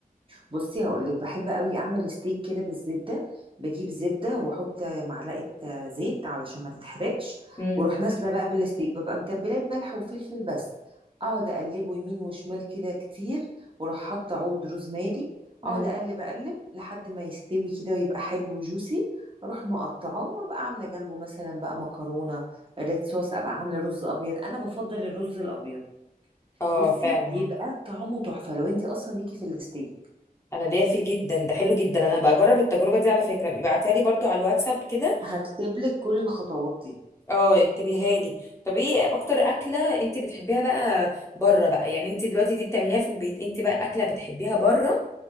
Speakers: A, on the right; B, on the left.
A: بصي هقولك بحب قوي اعمل ستيك كده بالزبده بجيب زبده واحط معلقه آه، زيت علشان ما تتحرقش
B: امم
A: واروح نازله بقى بالستيك ببقى متبلاه بملح وفلفل بس اقعد اقلبه يمين وشمال كده كتير واروح حاطه عود روزماري
B: مم.
A: اقعد اقلب اقلب لحد ما يستوي كده ويبقى حلو وجوسي اروح مقطعاه وابقى عامله جنبه مثلا بقى مكرونه ريد صوص ابقى عامله رز ابيض انا بفضل الرز الابيد
B: اه
A: بصي
B: فعلا
A: الله بيبقى طعمه تحفه لو انت اصلا ليكي في الستيك
B: انا ليا فيه جدا ده حلو جدا انا بجرب التجربه دي على فكره بيبعتها لي برضو على الواتساب كده
A: هكتب لك كل الخطوات دي
B: اه اكتبيها لي طب ايه اكتر اكله انت بتحبيها بقى بره بقى يعني انت دلوقتي دي بتعمليها في البيت انت بقى اكله بتحبيها بره